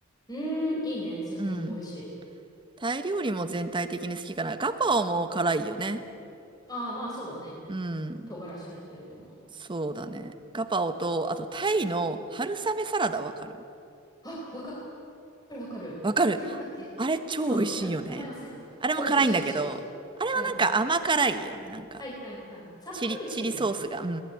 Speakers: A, on the left; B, on the right.
A: ーん、いいね。スンドゥブ、
B: うん。
A: 美味しい。
B: タイ料理も全体的に好きかな。ガパオも辛いよね。
A: ああ、まあそうだね。
B: うん。
A: 唐辛子入ってると思う。
B: そうだね。ガパオと、あとタイの春雨サラダわかる
A: あ、わかるわかる。
B: わかる。
A: え、なんだっけそう、
B: あれ超美味しいよね。
A: な、名前忘れた。
B: あれも辛いんだけど、
A: うん、美味しい美味しい。
B: あれはなんか甘辛いよね。
A: うん。
B: なんか、
A: はいはいはい。さっぱりしてるよね。
B: チリ、チリソースが。うんう